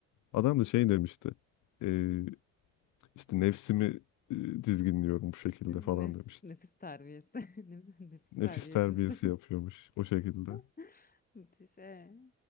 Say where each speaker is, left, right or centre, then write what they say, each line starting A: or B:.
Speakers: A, on the left; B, on the left.
A: Adam da şey demişti. Ee, işte nefsimi e, dizginliyorum bu şekilde
B: Nefis,
A: falan demişti.
B: nefis terbiyesi. <laughs> Nef- Nefis terbiyecisi.
A: Nefis terbiyesi yapıyormuş o şekilde.
B: <laughs> Müthiş. ee?